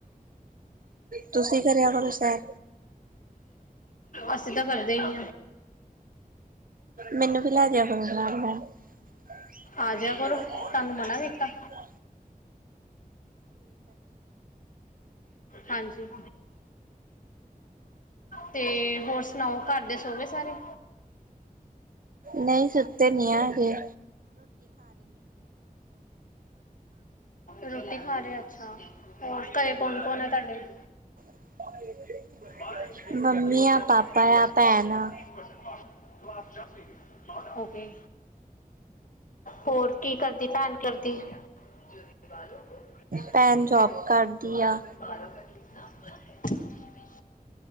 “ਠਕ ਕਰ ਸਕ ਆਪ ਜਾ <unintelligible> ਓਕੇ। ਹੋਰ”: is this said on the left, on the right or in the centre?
Left